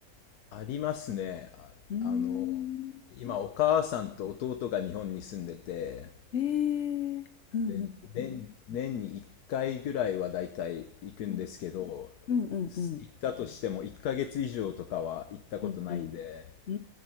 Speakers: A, on the left (about 90°); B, on the left (about 60°).
A: ありますね。あ、
B: ーん。
A: あの、今お母さんと弟が日本に住んでて、
B: ええ、うんうん
A: で年、年に1回ぐらいはだいたい行くんですけど、
B: うんうんうんうん
A: す行ったとしても1ヶ月以上とかは行ったことないんで、
B: うんうんう